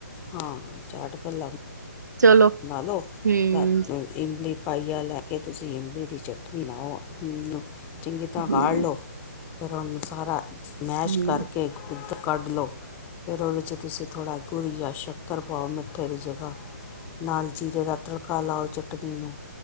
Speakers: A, on the left; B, on the right.
A: ਹਾਂ ਚਾਟ ਭਲਾ।
B: ਚਲੋ।
A: ਨਾ ਲੋ
B: ਹੂੰ
A: ਰਾਤੀ। ਇਮਲੀ ਪਾਈਆ ਲੈ ਕੇ ਤੁਸੀਂ ਇਮਲੀ ਦੀ ਚਟਨੀ ਬਣਾਓ। ਚੰਗੀ ਤਰ੍ਹਾਂ
B: ਹੂੰ
A: ਕਾੜ ਲਓ, ਫਿਰ ਉਹਨੂੰ ਸਾਰਾ ਮੈਸ਼
B: ਹੂੰ
A: ਕਰਕੇ। ਕੱਢ ਲਓ, ਫਿਰ ਉਹਦੇ 'ਚ ਤੁਸੀਂ ਥੋੜ੍ਹਾ ਗੁੜ ਜਾਂ ਸ਼ੱਕਰ ਪਾਓ, ਮਿੱਠੇ ਦੀ ਜਗਾ ਨਾਲ ਜੀਰੇ ਦਾ ਤੜਕਾ ਲਾਓ ਚਟਨੀ ਨੂੰ।